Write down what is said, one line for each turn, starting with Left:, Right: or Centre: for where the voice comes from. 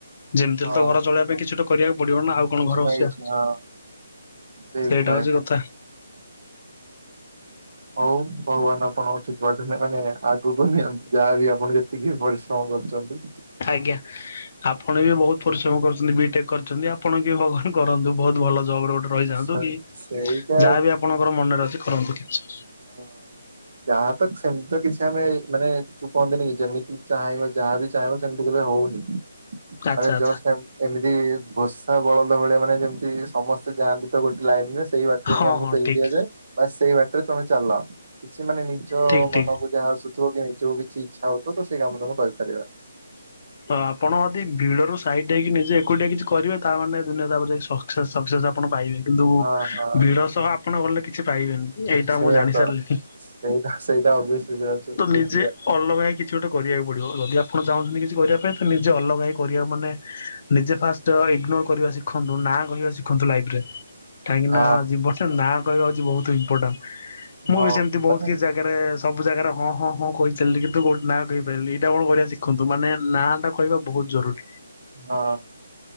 Left: ଯେମତି ହେଲେ
Right: ହଁ
Left: ତ ଘର ଚଳେଇବା ପାଇଁ କିଛି ଗୋଟେ କ କରିବାକୁ ପଡ଼ିବ ନା ଆଉ କଣ
Right: କିଛି
Left: ଘରେ
Right: ନା
Left: ବସିଆ
Right: କିଛି ହଁ ଠିକ
Left: ସେଇଟା
Right: ଭାଇ।
Left: ହୋଉଚି କଥା।
Right: ହୋଉ ଭଗବାନ ଆପଣଙ୍କୁ ଠିକ ବାଟରେ ନି ମାନେ ଆଗକୁ ନିଅନ୍ତୁ ଯାହାବି ଆପଣ କେ ତିକି ପରିଶ୍ରମ କରୁଚନ୍ତି
Left: ଆଜ୍ଞା। ଆପଣ ବି ବୋହୁତ ପରିଶ୍ରମ କରୁଚନ୍ତି ବିଟେକ୍ କରିଚନ୍ତି ଆପଣ କି ଭଗବାନ କରନ୍ତୁ ବୋହୁତ ଭଲ ଜବରେ ଗୋଟେ ରହିଯାଆନ୍ତୁ
Right: ସେ-
Left: କି
Right: ସେଇଟା
Left: ଯାହା ବିି ଆପଣଙ୍କର ମନରେ ଅଛି କରନ୍ତୁ କିଛି
Right: ହ ଯାହା ତ ସେମତି ତ କିଛି ଆମେ ମାନେ ଯୋଉ କହନ୍ତିନି କି ଯେମିତି ଚାହିଁବ ଯାହା ବି ଚାହିଁବ ସେମିତି କେବେ ହୋଉନି।
Left: ଆଚ୍ଛା
Right: ମାନେ
Left: ଆଚ୍ଛା
Right: ଜଷ୍ଟ ଏମ ଏମିତି ଘୋଷା ବଳଦ ଭଳିଆ ମାନେ ଯେମତି ସମସ୍ ସେ ଯାଆନ୍ତି ତ ଗୋଟେ ଲାଇନରେ ସେଇ ବାଟରେ
Left: ହଁ
Right: ହିଁ ଆମକୁ
Left: ହଁ
Right: ପେଲି
Left: ଠିକ
Right: ଦିଆଯାଏ। ବାସ୍ ସେଇ ବାଟରେ ତମେ ଚାଲ କିଛି ମାନେ ନିଜ
Left: ଠିକ ଠିକ।
Right: ମନ ବୁ ଯାହା ଆସୁଥୁବ କି ନିଜକୁ କିଛି ଇଚ୍ଛା ହୋଉଥିବ ତ ସେଇ କାମ ଦାମ କରିପାରିବା।
Left: ତ ଆପଣ ଯଦି ଭିଡରୁ ସାଇଟ୍ ହେଇକି ନିଜେ ଏକୁଟିଆ କିଛି କରିବେ ତାମାନେ ଦୁନିଆ ତାପରେ ଯାଇ ସକ୍ସେସ ସକ୍ସେସ ଆ ଆପଣ ପାଇବେ କିନ୍ତୁ
Right: ହଁ ହଁ
Left: ଭିଡ ସହ ଆପଣ ଗଲେ କିଛି ପାଇବେନି। ଏଇଟା
Right: ସେଇଆ
Left: ମୁଁ ଜାଣି
Right: ତ
Left: ସାରିଲିଣି।
Right: ସେଇଟା ସେଇଟା ଅଭିଅସଲି <unintelligible>
Left: ତ
Right: ବୁଝିବା
Left: ନିଜେ ଅଲଗା ହେଇ କିଛି ଗୋଟେ କରିବାକୁ ପଡ଼ିବ ଯଦି ଆପଣ ଚାହୁଁଚନ୍ତି କିଛି କରିବା ପାଇଁ ତ ନିଜେ ଅଲଗା ହେଇ କରିବା ମାନେ ନିଜେ ଫାଷ୍ଟ ଇଗ୍ନୋର କରିବା ଶିଖନ୍ତୁ ନା କହିବା ଶିଖନ୍ତୁ ଲାଇଫରେ। କାହିଁକିନା
Right: ହଁ
Left: ଯିବନଟାରେ ନାଁ କହିବା ହୋଉଚି ବୋହୁତ ଇମ୍ପୋଟାଣ୍ଟ ମୁଁ
Right: ହଁ
Left: ବି ସେମତି ବୋହୁତ
Right: ମାନେ
Left: କିଛି ଜା ଗାରେ ସବୁ ଜାଗାରେ ହଁ ହଁ ହଁ କହି ଚାଲିଲି କିନ୍ତୁ କୋଉ ନାଁ କହିପାରଲିନି ଏଇଟା କଣ କରିବା ଶିଖନ୍ତୁ ମାନେ ନାଁଟା କହିବା ବୋହୁତ ଜରୁରୀ।
Right: ହଁ।